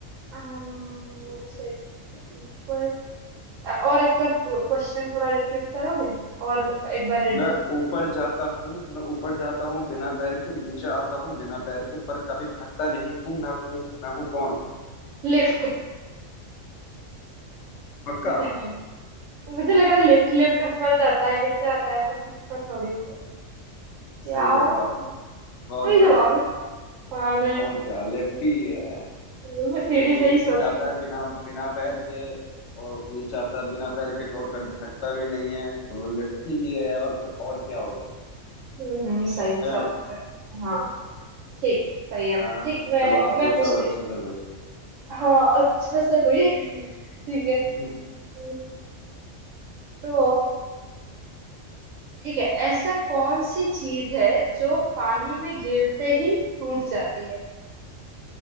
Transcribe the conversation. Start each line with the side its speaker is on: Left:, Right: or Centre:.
Right: आ, वो भी सही बात है ऊपर अ, और एक बार क्वेश्चन थोड़ा रिपीट करोगे और एक बार रिडल
Left: मैं ऊपर जाता हूँ मैं ऊपर जाता हूँ बिना पैर के नीचे आता हूँ बिना पैर के पर कभी थकता नहीं हूँ मैं हूँ मैं हूँ कौन
Right: लिफ्ट
Left: पक्का
Right: पता नहीं मुझे लग रहा है लिफ्ट लिफ्ट ऊपर जाता है नीचे आता है पर खटका थोड़ी है
Left: सही
Right: यार
Left: जवाब बहुत
Right: सही
Left: बढ़िया
Right: जवाब है और
Left: और क्या लेफ्टी है
Right: चलो, मैं सीढ़ी
Left: क्योंकि
Right: से
Left: लेफ्टी
Right: ही सोच
Left: जाता
Right: रही हूँ
Left: है बिना बिना पैर के और नीचे आता है बिना पैर के और कभी थकता भी नहीं है तो लेफ्टी ही है और और क्या होगा
Right: हम्म हम्म, सही है चलो
Left: है
Right: फिर हाँ ठीक सही है
Left: हाँ
Right: ठीक मैं
Left: चलो आप
Right: मैं
Left: पूछो
Right: पूछती
Left: अब अच्छा सा कोई
Right: हाँ अच्छा सा कोई <laughs> ठीक
Left: <laughs>
Right: है
Left: हम्म,
Right: हम्म, तो ठीक है ऐसा कौन सी चीज है जो पानी में गिरते ही टूट जाती है